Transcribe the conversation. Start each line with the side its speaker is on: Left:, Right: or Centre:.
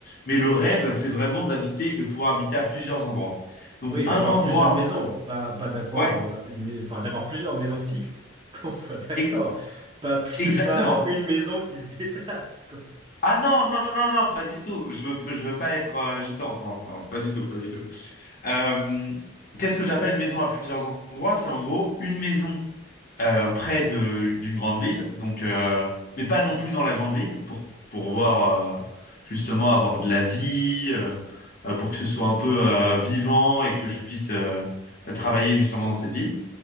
Left: Mais le rêve, c'est vraiment d'habiter, de pouvoir habiter à plusieurs endroits. Donc,
Right: Oui,
Left: un
Right: d'avoir
Left: endroit,
Right: plusieurs maisons, pas, pas d'avoir
Left: ouais,
Right: euh, une, mais- enfin, d'avoir plusieurs maisons fixes, <laughs> qu'on soit d'accord.
Left: e-
Right: Pas plus,
Left: exactement.
Right: pas genre une maison qui se déplace,
Left: Ah non, non, non, non, pas du tout. Je veux, je veux pas être euh, gitan. Non, non, pas du tout, pas du tout. Euh, qu'est-ce que j'appelle maison à plusieurs endroits? C'est en gros une maison euh, près de, d'une grande ville, donc, euh, mais pas non plus dans la grande ville, pour, pour voir, euh, justement, avoir de la vie, euh, euh, pour que ce soit un peu euh, vivant et que je puisse euh, travailler justement dans cette ville.